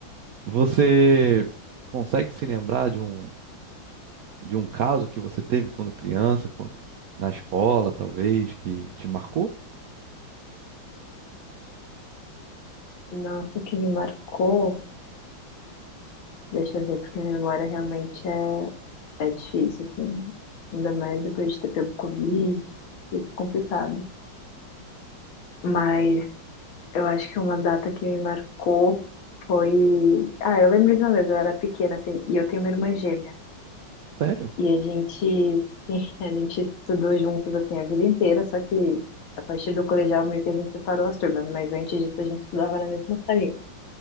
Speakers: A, on the right (about 70°); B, on the left (about 80°).
A: Você consegue se lembrar de um de um caso que você teve quando criança, quan- na escola, talvez, que te marcou?
B: Nossa, o que me marcou. Deixa eu ver, porque minha memória realmente é. É difícil, assim. Ainda mais depois de ter pego Covid, fica complicado. Mas eu acho que uma data que me marcou foi. Ah, eu lembro de uma vez, eu era pequena, assim, e eu tenho uma irmã gêmea.
A: Sério?
B: E a gente, <laughs> a gente estudou juntos, assim, a vida inteira, só que a partir do colegial meio que a gente separou as turmas, mas antes disso a gente estudava na mesma salinha.